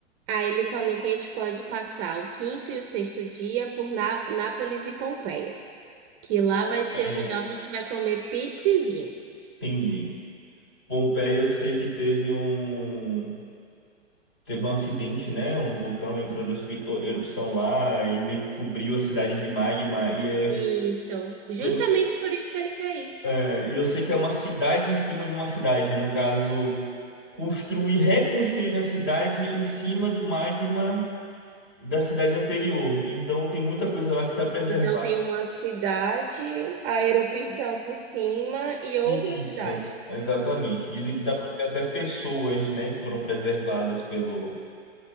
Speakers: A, on the right; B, on the left.
A: Aí ele falou que a gente pode passar o quinto e o sexto dia por Na- Nápoles e Pompeia. que lá
B: Pompeia.
A: vai ser o lugar onde a gente vai comer pizza e vinho.
B: Entendi. Pompeia, eu sei que teve um teve um acidente, né? Um vulcão entrou em erupi- erupção lá e meio que cobriu a cidade de magma e é
A: Isso, justamente
B: pelo-
A: por isso que ele quer ir.
B: é, e eu sei que é uma cidade em cima de uma cidade, no caso, construir, reconstruir a cidade em cima do magma da cidade anterior. Então tem muita coisa lá que está preservada.
A: Então tem uma cidade, a erupção por cima e outra
B: Isso,
A: cidade.
B: exatamente. Dizem que dá pra ver até pessoas, né, que foram preservadas pelo